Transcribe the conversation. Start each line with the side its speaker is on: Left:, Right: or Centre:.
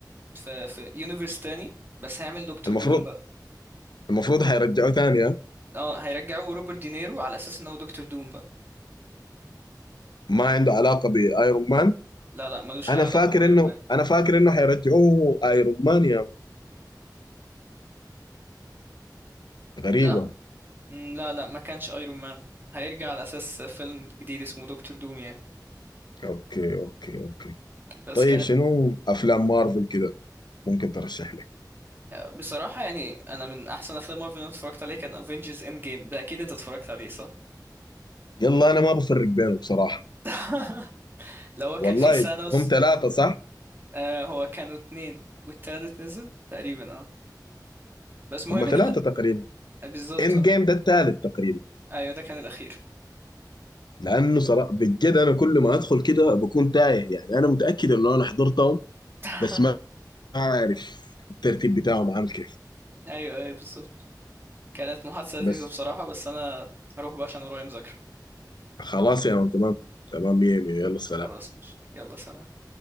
Right: في في يونيفرس تاني بس هيعمل دكتور
Left: المفروض
Right: دوم بقى
Left: المفروض حيرجعوه تاني ها؟
Right: اه هيرجعوا روبرت دينيرو على اساس ان هو دكتور دوم بقى
Left: ما عنده علاقة بايرون مان
Right: لا لا ملوش
Left: انا
Right: اي علاقة
Left: فاكر
Right: بايرون
Left: انه
Right: مان
Left: انا فاكر انه حيرجعوه ايرون مان يا مان. غريبة
Right: لا مم، لا لا ما كانش ايرون مان هيرجع على اساس فيلم جديد اسمه دكتور دوم يعني
Left: اوكي اوكي اوكي
Right: بس
Left: طيب
Right: كانت
Left: شنو افلام مارفل كده ممكن ترشح لي
Right: آه، بصراحة يعني انا من احسن افلام مارفل اللي أنا اتفرجت عليه كان افنجرز اند جيم ده اكيد انت اتفرجت عليه صح
Left: يلا انا ما بفرق بينهم بصراحة
Right: <laughs> لو هو كان
Left: والله
Right: فيه سانوس
Left: هم ثلاثة صح
Right: آه هو كانوا اتنين والتالت نزل تقريبا اه بس مهم
Left: هم
Right: ان
Left: ثلاثة
Right: ال-
Left: تقريبا
Right: آه، بالظبط
Left: اند
Right: آه.
Left: جيم ده الثالث تقريبا
Right: ايوه ده كان الاخير
Left: لانه صراحة بجد انا كل ما ادخل كده بكون تايه يعني انا متاكد انه انا حضرتهم
Right: <laughs>
Left: بس ما ما عارف الترتيب بتاعهم عامل كيف
Right: ايوه ايوه بالظبط كانت محادثه لذيذه
Left: بس
Right: بصراحه بس انا هروح بقى عشان ورايا مذاكره
Left: خلاص يا مان تمام تمام 100 100 يلا سلام
Right: خلاص ماشي يلا سلام